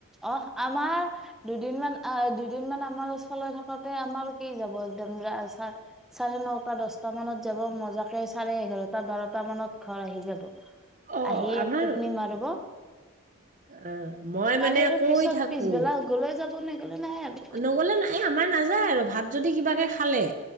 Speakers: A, in the centre; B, on the right (about 35°).
A: অহ আমাৰ দুদিনমান আহ দুদিনমান আমাৰ চলায় থাকোতে আমাৰ কি যাব একদম ৰাজহাড় চাৰে নটা দহটা মানত যাব মজাকে চাৰে এঘাৰটা বাৰটা মানত ঘৰ আহি যাব
B: অ
A: আহি
B: আমাৰ
A: একটোপনি মাৰিব
B: অ মই
A: মাৰি
B: মানে
A: আৰু
B: কৈ
A: পিছত
B: থাকোঁ
A: পিছবেলা গ'লে যাব নেগ'লে নাই আৰু
B: নগ'লে নাই এই আমাৰ নাযায় আৰু ভাত যদি কিবাকে খালে